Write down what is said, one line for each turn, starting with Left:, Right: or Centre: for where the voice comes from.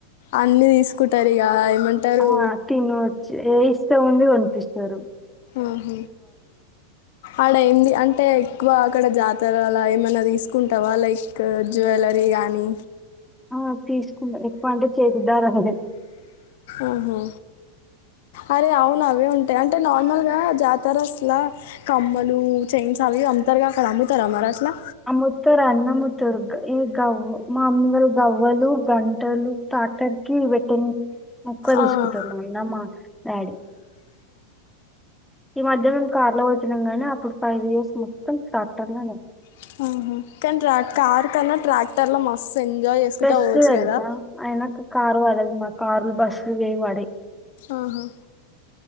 Left: అన్ని తీసుకుంటారు ఇక ఏమంటారు
Centre: ఆ తిను ఏ ఇస్తా ఉండి వనిపిస్తారు
Left: ఆహ ఆడ ఏంది అంటే ఎక్కువ అక్కడ జాతరలో ఏమైనా తీసుకుంటావా లైక్ జ్యువెలరీ కానీ
Centre: ఆ తీసుకున్నా ఎక్కువ అంటే చేతిదారం
Left: ఆహా అరే అవును అవే ఉంటాయి అంటే నార్మల్గా జాతర అసలు కమ్మలు చైన్స్ అవి అంతారుగా అక్కడ అమ్ముతారా మరి అట్లా
Centre: అముత్తరు అన్నముతుర్గ ఈ గవ్వ మామిగలు గవ్వలు గంటలు స్ాటర్కి వెట్టని <unintelligible> మొ <unintelligible> క్కు తీసుకుంటాన్నా
Left: ఆ.
Centre: అందమ్మా రాడి ఈ మధ్య మేము కార్ లో వచ్చినాం గానీ అప్పుడు ఫైవ్ ఇయర్స్ మొత్తం ట్రాక్టర్ లోనే
Left: ఆహా. కానీ ట్రా కార్ కన్నా ట్రాక్టర్ లో మస్తు ఎంజాయ్ చేసుకుంటా
Centre: పెస్ట్
Left: పోవచ్చు
Centre: తెదుసా
Left: కదా
Centre: అయన కారు వాాలదు మా కార్ <unintelligible> బస్లువేయి మడే
Left: ఆహా